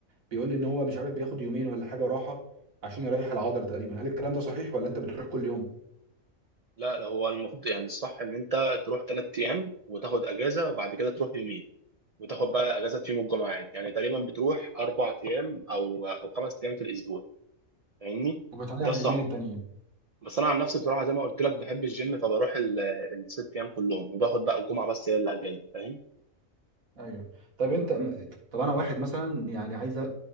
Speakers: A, on the right; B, on the right.
A: بيقول لي ان هو مش عارف بياخد يومين ولا حاجه راحه عشان يريح العضله تقريبا هل الكلام ده صحيح ولا انت بتروح كل يوم
B: لا لا هو المفروض يعني الصح ان انت تروح ثلاث ايام وتاخد اجازه وبعد كده تروح يومين وتاخد بقى اجازه في يوم الجمعه عادي يعني تقريبا بتروح اربع ايام او او خمس ايام في الاسبوع فاهمني
A: وبتريح
B: ده الصح
A: اليومين التانيين
B: بس انا عن نفسي بصراحه زي ما قلت لك بحب الجيم فبروح ال- الست ايام كلهم وباخد بقى الجمعه بس هي اللي اجازه فاهم
A: ايوه طب انت طب انا واحد مثلا يعني عايز أ-